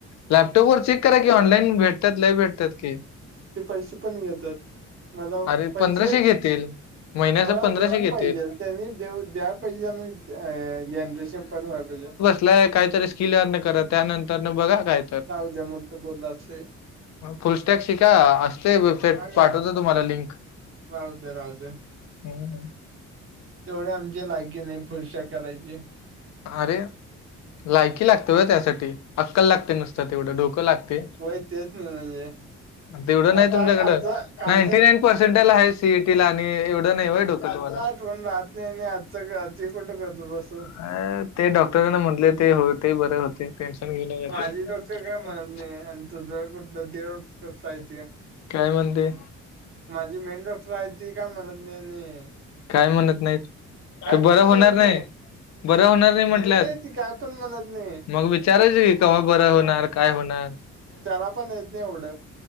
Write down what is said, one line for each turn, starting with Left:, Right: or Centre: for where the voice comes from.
Left: लॅपटॉप वर चेक करा कि. ऑनलाईन भेटत्यात. लय भेटत्यात की.
Right: ते पैसे पण घेतात मला
Left: अरे,
Right: पैसे
Left: पंधराशे घेतील. महिन्याच
Right: मला
Left: पंधराशे
Right: देऊन पाहिजेल
Left: घेतील.
Right: त्यांनी देऊ, द्या पाहिजे. आणि अ जनरेशीप पण, व्हाय पाहिजे.
Left: ए, काहीतरी स्किल अर्न कर. त्यानंत तरन बघा. काय
Right: जाऊ द्या. मो त बोलला असतय.
Left: फुलस्टॅग शिका. असतेय वेबसाईट.
Right: हा का
Left: पाठवतो तुम्हाला लिंक.
Right: राहू दे. राहू दे.
Left: <unintelligible>
Right: तेवढ्या आमचे लायकी नाही. फुलशा करायची.
Left: अरे! लायकी लागते होय, त्यासाठी. अक्कल लागते. नुसत तेवढं डोकं लागते.
Right: वय तेच नाही म्हणजे
Left: तेवढं नाही
Right: आता
Left: तुमच्याकड.
Right: कालचा कालचा
Left: नाईंटी नाईन पर्सेंटला आहे सीईटीला. आणि एवढं नाही होय. डोकं तुम्हाला.
Right: पण राहत नाही आणि आजच ते, कुठं करतो बसू?
Left: अ ते डॉक्टरांने म्हटले, ते होते. बरे होते. टेन्शन घेऊ नका
Right: माझी
Left: ते.
Right: डॉक्टर काय म्हणत नाही. आणि तुझ कुठल, देव कसला आहे ते.
Left: काय म्हणते?
Right: माझी मेन डॉक्टर आहे ती काय म्हणत नाही. आणि
Left: काय म्हणत नाहीत.
Right: काय
Left: ते बर
Right: पण म्हणत
Left: होणार नाही. बर होणार नाही म्हटल्यात.
Right: ती काय पण म्हणत नाही
Left: मग विचारायच की, कव्हा बर होणार? काय होणार?
Right: त्याला पण येत नाही एवढ.